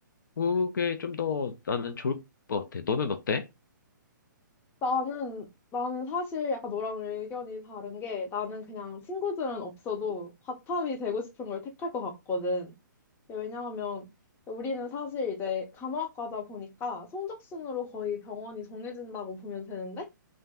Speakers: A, on the left; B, on the left.
A: 그게 좀 더 나는 좋을 것 같아. 너는 어때?
B: 나는, 나는 사실 약간 너랑 의견이 다른 게 나는 그냥 친구들은 없어도 과탑이 되고 싶은 걸 택할 것 같거든. 왜냐하면 우리는 사실 이제 간호학과다 보니까 성적순으로 거의 병원이 정해진다고 보면 되는데